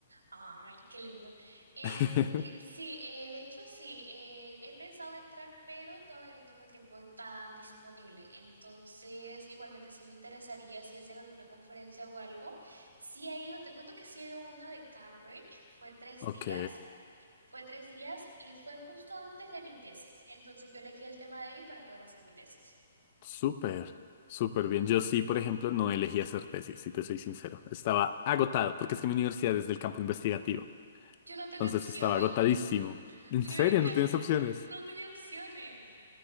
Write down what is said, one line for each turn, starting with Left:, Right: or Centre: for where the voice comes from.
Right: Ay, qué lindo. Es,
Left: <laughs>
Right: <laughs> sí, eh, de hecho sí, eh, he pensado entrar, pero todavía no tengo el tiempo tan disponible. Entonces, igualmente sí me interesaría si hacen alguna conferencia o algo. Sí he ido, te cuento que sí he ido a una de Cambridge, fue tres
Left: Ok.
Right: días. Fue tres días y fue justo antes de mi tesis. Entonces yo elegí el tema de ahí para poder hacer mi tesis.
Left: Súper, súper bien. Yo sí, por ejemplo, no elegí hacer tesis, si te soy sincero. Estaba agotado, porque es que mi universidad es del campo investigativo.
Right: Yo no tenía
Left: Entonces
Right: opción.
Left: estaba agotadísimo. ¿En
Right: Me
Left: serio?
Right: hubiera encantado.
Left: ¿No tienes opciones?
Right: No tenía opciones.